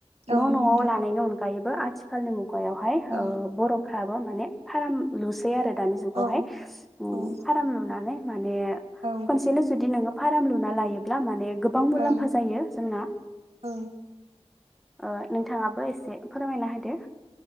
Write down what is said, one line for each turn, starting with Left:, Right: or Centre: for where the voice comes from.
Right: औ
Centre: न'
Right: नंगौ
Centre: न'आव
Right: नोंथां
Centre: लानायनि अनगायैबो आथिखालनि मुग गायावहाय
Right: औ
Centre: ओ बर'फ्राबो माने फाराम लुसै आरो दानि जुगावहाय
Right: औ
Centre: उम
Right: औ
Centre: फाराम लुनानै माने
Right: औ
Centre: खनसेनो जुदि नोङो फाराम लुना लायोब्ला माने गोबां
Right: औ
Centre: मुलाम्फा जायो जोंना
Right: औ
Centre: ओ नोंथाङाबो एसे फोरमायना होदो।